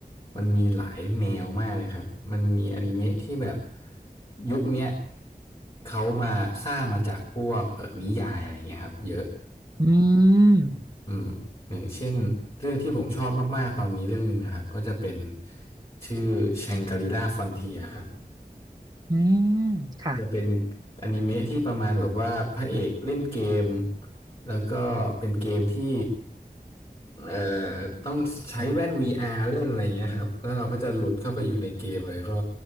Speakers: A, on the left; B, on the right.
A: มันมีหลายแนวมากเลยครับมันมีอนิเมะที่แบบยุคเนี้ยเขามาสร้างมาจากพวกเอ่อนิยายอะไรเงี้ยครับเยอะ
B: อืม
A: อืมอย่างเช่นเรื่องที่ผมชอบมากๆตอนนี้เรื่องหนึ่งนะครับก็จะเป็นชื่อแชงกรีล่าฟอนเทียครับ
B: อืมค่ะ
A: อาจจะเป็นอนิเมะที่ประมาณแบบว่าพระเอกเล่นเกมแล้วก็เป็นเกมที่เอ่อต้องใช้แว่น VR เล่นอะไรอย่างเงี้ยครับแล้วเราก็จะหลุดเข้าไปอยู่ในเกมเลยก็